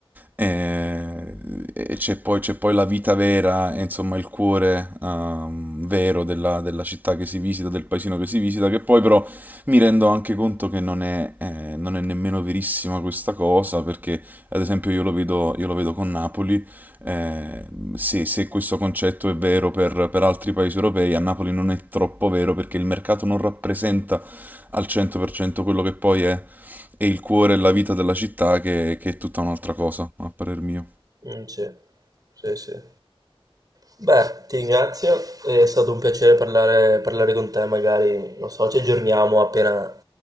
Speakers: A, on the right; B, on the right.
A: eh, e c'è poi, c'è poi la vita vera, e insomma il cuore ehm, vero della, della città che si visita, del paesino che si visita, che poi però mi rendo anche conto che non è, eh, non è nemmeno verissima questa cosa, perché ad esempio io lo vedo, io lo vedo con Napoli, eh, se, se questo concetto è vero per, per altri paesi europei, a Napoli non è troppo vero perché il mercato non rappresenta al 100% quello che poi è, è il cuore e la vita della città, che, che è tutta un'altra cosa, a parer mio.
B: Mm, sì, sì, sì. Beh, ti ringrazio, è stato un piacere parlare, parlare con te, magari, non so, ci aggiorniamo appena